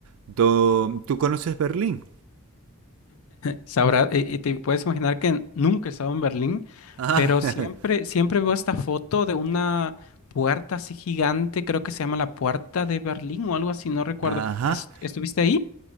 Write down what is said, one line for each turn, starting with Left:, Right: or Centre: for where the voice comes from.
Right: Do- ¿Tú conoces Berlín?
Left: Sabrá, eh, y te puedes imaginar que nunca he estado en Berlín,
Right: Ah,
Left: pero
Right: <laughs>
Left: siempre, siempre veo esta foto de una puerta así gigante, creo que se llama la Puerta de Berlín o algo así, no recuerdo.
Right: ajá.
Left: ¿Has- ¿Estuviste ahí?